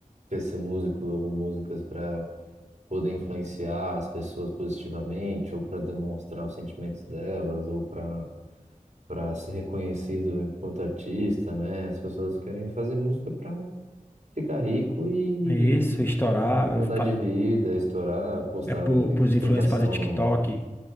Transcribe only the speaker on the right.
quer ser músico ou músicas para poder influenciar as pessoas positivamente ou para demonstrar os sentimentos delas ou para para ser reconhecido enquanto artista, né? As pessoas querem fazer música ficar rico e,
e mudar
de vida, estourar, postar
ostentação
no,